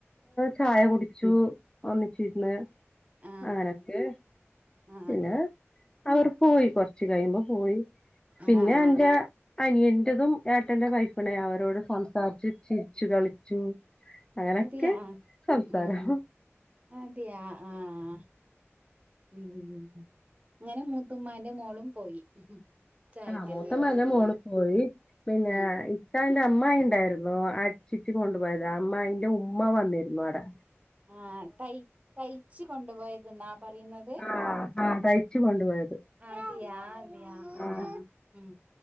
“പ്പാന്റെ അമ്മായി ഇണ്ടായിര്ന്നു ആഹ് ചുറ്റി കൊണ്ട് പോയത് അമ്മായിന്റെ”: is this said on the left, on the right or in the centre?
Left